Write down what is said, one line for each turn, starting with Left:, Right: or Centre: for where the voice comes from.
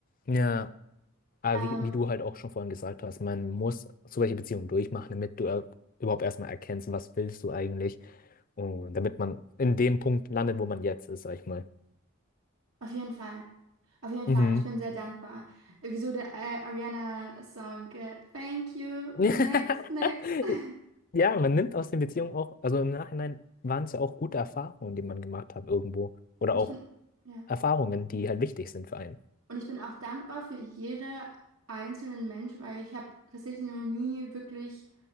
Left: Ja, aber
Right: Ähm,
Left: wie, wie du halt auch schon vorhin gesagt hast, man muss so welche Beziehungen durchmachen, damit du äh, überhaupt erstmal erkennst, was willst du eigentlich, und damit man in dem Punkt landet, wo man jetzt ist, sag ich mal.
Right: auf jeden Fall. Auf jeden
Left: Mhm.
Right: Fall, ich bin sehr dankbar. Wieso der äh, Ariana-Song? äh, Thank you,
Left: <laughs>
Right: next, next. <laughs>
Left: Ja, man nimmt aus den Beziehungen auch, also im Nachhinein waren es ja auch gute Erfahrungen, die man gemacht hat irgendwo, oder
Right: Und
Left: auch
Right: ich bin, ja.
Left: Erfahrungen, die halt wichtig sind für einen.
Right: Und ich bin auch dankbar für jede einzelnen Mensch, weil ich habe tatsächlich noch nie wirklich